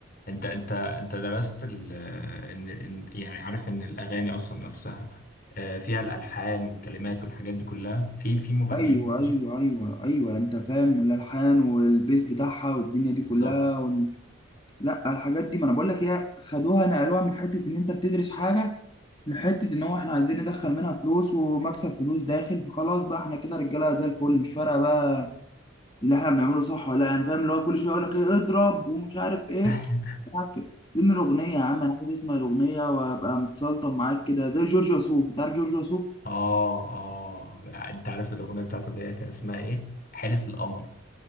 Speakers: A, on the left; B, on the left.
A: انت انت انت درست ال آه، ان إن- يعني عارف ان الاغاني اصلا نفسها آه، فيها الالحان والكلمات والحاجات دي كلها في في مغنيين
B: ايوه
A: كتير
B: ايوه ايوه ايوه يعني انت فاهم الالحان والبيس بتاعها والدنيا
A: بالظبط
B: دي كلها وال... لا الحاجات دي ما انا بقول لك هي خدوها نقلوها من حته ان انت بتدرس حاجه لحته ان هو احنا عايزين ندخل منها فلوس ومكسب فلوس داخل فخلاص بقى احنا كده رجاله زي الفل مش فارقه بقى اللي احنا بنعمله صح ولا لا يعني فاهم اللي هو كل شويه يقول لك ايه اضرب ومش عارف ايه
A: <laughs>
B: عك- فين الاغنيه يا عم انا عايز اسمع الاغنيه وابقى متسلطن معاك كده زي جورج وسوف انت عارف جورج وسوف
A: اه اه انت عارف الاغنيه بتاعته اللي هي كان اسمها ايه حلف القمر